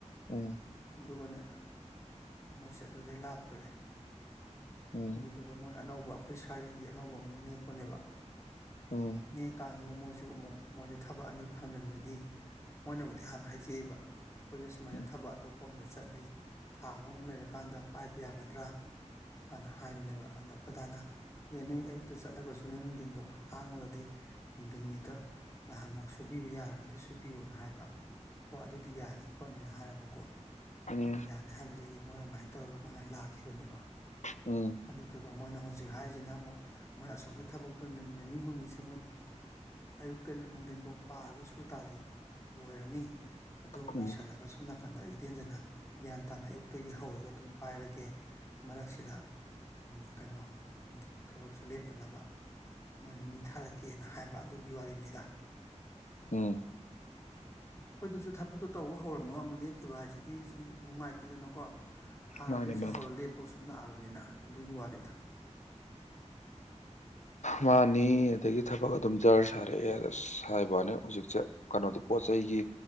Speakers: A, on the left; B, on the left.
A: ꯎꯝ
B: ꯑꯗꯨꯒꯅꯦ ꯃꯣꯏꯁꯦ ꯑꯗꯨꯗꯩ ꯂꯥꯛꯇ꯭ꯔꯦ
A: ꯎꯝ
B: ꯑꯗꯨꯗꯨꯒ ꯃꯣꯏ ꯑꯅꯧꯕ ꯑꯩꯈꯣꯏ ꯁ꯭ꯋꯥꯏꯗꯒꯤ ꯑꯅꯧꯕ ꯑꯃꯨꯛ ꯅꯦꯛꯄꯅꯦꯕꯥ
A: ꯎꯝ
B: ꯅꯦꯛꯑ ꯀꯥꯟꯖꯤꯗ ꯃꯣꯏꯁꯨ ꯑꯃꯨꯛ ꯃꯣꯏꯖꯦ ꯊꯕꯛ ꯑꯅꯤ ꯐꯥꯡꯖꯟꯕꯒꯤ ꯃꯣꯏꯅꯕꯨꯗꯤ ꯍꯥꯟꯅ ꯍꯥꯏꯖꯩꯕ ꯑꯩꯈꯣꯏꯖꯨ ꯁꯨꯃꯥꯏꯅ
A: ꯎꯝ
B: ꯊꯕꯛ ꯑꯇꯣꯞꯄ ꯑꯝꯗ ꯆꯠꯂꯤ ꯊꯥ ꯑꯃꯃꯨꯛ ꯂꯩꯔꯀꯥꯟꯗ ꯄꯥꯏꯕ ꯌꯥꯒꯗ꯭ꯔꯥ ꯍꯥꯟꯅ ꯍꯥꯏꯕꯅꯦꯕ ꯑꯗꯥ ꯑꯩꯈꯣꯏ ꯗꯥꯅ ꯑꯦ ꯅꯣꯏ ꯑꯌꯨꯛꯇ ꯆꯠꯂꯒꯁꯨ ꯅꯣꯏ ꯅꯨꯡꯗꯤꯟꯗꯣ ꯍꯥꯡꯉꯒꯗꯤ ꯅꯨꯡꯗꯤꯟꯒꯤꯗ ꯉꯍꯥꯛ ꯉꯍꯥꯛ ꯁꯨꯕꯤꯕ ꯌꯥꯔꯒꯗꯤ ꯁꯨꯕꯤꯌꯨꯅ ꯍꯥꯏꯕ ꯍꯣ ꯑꯗꯨꯗꯤ ꯌꯥꯅꯤ ꯈꯣꯠꯅꯤꯅ ꯍꯥꯏꯔ ꯕꯀꯣ
A: ꯎꯝ
B: ꯑꯗꯥ ꯌꯥꯅꯤ ꯍꯥꯏꯕꯗꯒꯤ ꯃꯣꯏꯅ ꯑꯗꯨꯃꯥꯏ ꯇꯧꯔꯒ ꯃꯣꯏꯅ ꯂꯥꯛꯈꯤꯕꯅꯦꯕ
A: ꯎꯝ
B: ꯑꯗꯨꯗꯨꯒ ꯃꯣꯏꯅ ꯍꯧꯖꯤꯛ ꯍꯥꯏꯖꯤꯅ ꯑꯃꯨꯛ ꯃꯣꯏ ꯑꯁꯣꯝꯒꯤ ꯊꯕꯛꯇꯣ ꯅꯨꯃꯤꯠ ꯅꯤꯅꯤ ꯍꯨꯝꯅꯤꯁꯦ ꯃꯣꯏ ꯑꯌꯨꯛꯇꯩꯅ ꯅꯨꯡꯗꯤꯟꯕꯧ ꯄꯥꯔꯒ ꯁꯨ ꯇꯥꯔꯗꯤ ꯂꯣꯏꯔꯅꯤ ꯑꯗꯨꯒ
A: ꯎꯝ
B: ꯂꯣꯏꯁꯜꯂꯒ ꯁꯣꯝꯅꯥ ꯀꯟꯗ ꯏꯗꯦꯟꯖꯅ ꯒ꯭ꯌꯥꯟ ꯇꯥꯅ ꯑꯌꯨꯛꯇꯒꯤ ꯍꯧꯔꯒ ꯑꯗꯨꯝ ꯄꯥꯏꯔꯒꯦ ꯃꯔꯛꯁꯤꯗ ꯎꯝ ꯀꯩꯅꯣ ꯎꯝ ꯊꯕꯛꯁꯨ ꯂꯦꯞꯇꯅꯕ ꯃꯣꯏꯅ ꯃꯤ ꯊꯥꯔꯛꯀꯦꯅ ꯍꯥꯏꯕ ꯑꯗꯨꯒꯤ ꯋꯥꯔꯤꯅꯤꯗ
A: ꯎꯝ
B: ꯈꯣꯏꯗꯁꯨ ꯊꯕꯛꯇꯨ ꯇꯧꯕ ꯍꯧꯔꯝꯃꯒ ꯑꯃꯨꯛ ꯂꯦꯞꯈꯤꯕ ꯍꯥꯏꯁꯤꯗꯤ ꯁꯨꯝ ꯅꯨꯡꯉꯥꯏꯇꯦꯗꯅꯀꯣ ꯍꯥꯟꯅꯗꯩꯁꯨ
A: ꯃꯥꯅꯦ ꯃꯥꯅꯦ
B: ꯍꯧꯔ ꯂꯦꯞꯄꯒ ꯁꯨꯝ ꯂꯥꯛꯑꯕꯅꯤꯅꯥ ꯑꯗꯨꯒꯤ ꯋꯥꯅꯤꯗ
A: ꯃꯥꯅꯤ ꯑꯗꯒꯤ ꯊꯕꯛ ꯑꯗꯨꯝ ꯖꯔ ꯁꯥꯔꯛꯑꯦ ꯑꯁ ꯍꯥꯏꯕꯥ ꯋꯥꯅꯤ ꯍꯨꯖꯤꯛꯁꯦ ꯀꯅꯣꯗꯤ ꯄꯣꯠ ꯆꯩꯒꯤ